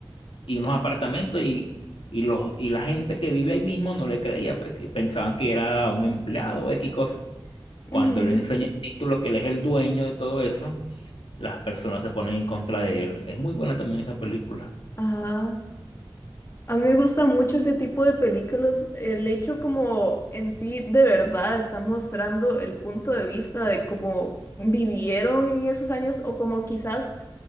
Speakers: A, on the left (about 80°); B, on the left (about 30°).
A: y unos apartamentos y, y, los, y la gente que vive ahí mismo no le creía, pues, que pensaban que era un empleado o X cosa. Cuando
B: ujú,
A: le enseña el título que él es el dueño de todo eso, las personas se ponen en contra de él. Es muy buena también esa película.
B: Ajá. A mí me gusta mucho ese tipo de películas. El hecho como en sí de verdad está mostrando el punto de vista de cómo vivieron en esos años o como quizás